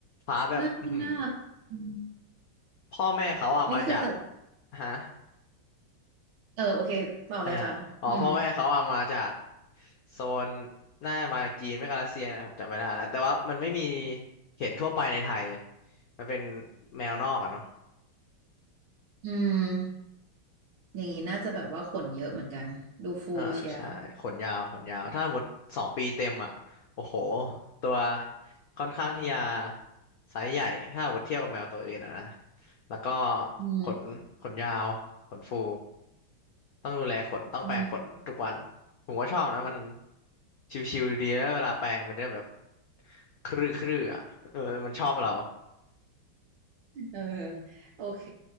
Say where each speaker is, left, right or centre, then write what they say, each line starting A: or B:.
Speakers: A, on the left (about 65°); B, on the right (about 70°).
A: ฟ้าแบบอือหือ
B: น่าน่ารักอืม
A: พ่อแม่เขาอ่ะมาจาก
B: นี่คือแต่
A: ฮะ
B: เออโอเคต่อเลยค่ะอืม
A: อ่าอ๋อพ่อแม่เขาเอามาจากโซนน่าจะมาจีนไม่ก็รัสเซียนะผมจำไม่ได้แล้วแต่ว่ามันไม่มีเห็นทั่วไปในไทย มันเป็นแมวนอกอะเนาะ
B: อืมอย่างนี้น่าจะแบบว่าขนเยอะเหมือนกัน ดูฟูเชียร์
A: เออใช่ ขนยาว ขนยาว ถ้าหมดสองปีเต็มอะโอ้โห ตัวค่อนข้างที่จะไซส์ใหญ่ ถ้าหมดเทียบกับแมวตัวอื่นอะนะแล้วก็
B: อืม
A: ขนขนยาว ขนฟู ต้องดูแลขนต้องแปรงขนทุกวัน
B: อืม
A: ผมก็ชอบนะมันชิวๆดีแล้วเวลาแปรงมันจะแบบครื้อครื้ออ่ะเออมันชอบเรา
B: เออโอเค